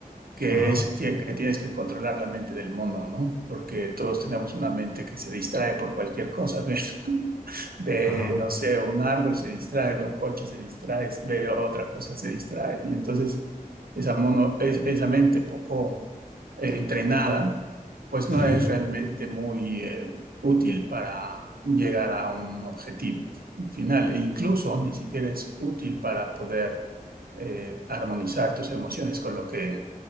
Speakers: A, on the right; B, in the centre.
A: que
B: ajá,
A: es que, que tienes que controlar la mente del mono, ¿no? Porque todos tenemos una mente que se distrae por cualquier cosa, ¿ves? <laughs> Ve,
B: ajá.
A: no sé, un árbol se distrae, ve un coche se distrae, ve otra cosa se distrae. Y entonces esa mono, es- esa mente poco eh, entrenada, pues
B: Sí.
A: no es realmente muy eh, útil para llegar a un objetivo final. E incluso ni siquiera es útil para poder eh, armonizar tus emociones con lo que